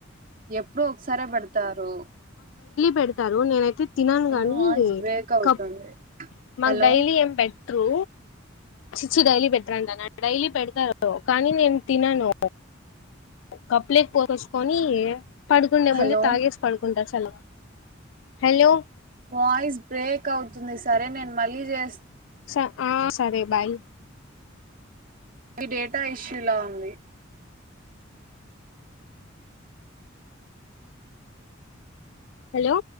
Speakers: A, on the right (about 45°); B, on the left (about 70°).
A: ఎప్పుడో ఒకసారే పెడతారు
B: పెడతారు నేనైతే తినను
A: అయ్యో
B: కాని
A: వాయిస్ బ్రేక్ అవుతుంది
B: కప్ మాకు
A: హలో
B: డైలీ ఏం పెట్టరు చిచి డైలీ పెట్టరాంట నా డైలీ పెడతారు కానీ నేను తినను కప్పులేకి పోసుకొని పడుకుండే
A: హలో
B: ముందు తాగేసి పడుకుంటా హలో హలో
A: వాయిస్ బ్రేక్ అవుతుంది సరే నేను మళ్ళీ చేస్తా
B: స ఆ సరే బాయ్
A: ఇది డేటా ఇష్యూ లా ఉంది
B: హలో